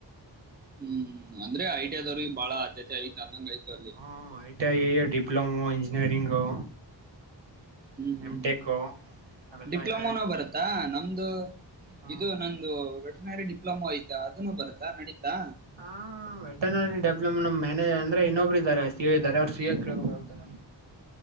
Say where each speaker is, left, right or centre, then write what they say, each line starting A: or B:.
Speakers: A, on the right; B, on the right.
A: ಹ್ಮ್ ಅಂದ್ರೆ ಐಟಿಐ ದವ್ರಿಗೆ ಬಾ ಅಧ್ಯತೆ ಐತಿ ಅಂದಂಗ ಆಯ್ತು ಅಲ್ಲಿ
B: ಹುಂ ಐಟಿಐ ಡಿಪ್ಲೊಮೋ ಇಂಜಿನಿಯರಿಂಗು
A: ಹ್ಮ್ ಹ್ಮ್್ಮ
B: ಎಮ್ ಟೆಕ್ಕು ಅವೆಲ್ಲಾ
A: ಡಿಪ್ಲೊಮಾನೋ
B: ಯಾರ
A: ಬರುತ್ತಾ ನಮ್ದು
B: ಹ್ಮ್
A: ಇದು ನಂದು ವೆಟನರಿ ಡಿಪ್ಲೊಮೋ ಐತ ಅದನು ಬರತ್ತಾ ನಡೀತಾ
B: ಹಾ ವೆಟನರಿ ಡೆಪ್ಲೊಮ ಮ್ಯಾನೇಜರ್ ಅಂದ್ರೆ ಇನ್ನೊಬ್ರು ಇದಾರೆ ಸಿ ಎ ಇದ್ದಾರೆ ಅವ್ರರು ಸಿಎ ಕೇಳಬೇಕು ನ